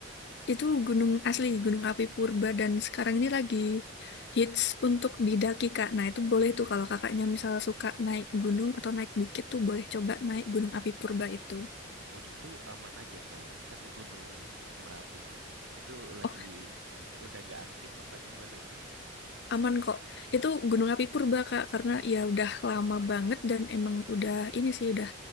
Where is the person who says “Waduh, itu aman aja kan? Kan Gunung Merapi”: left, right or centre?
Right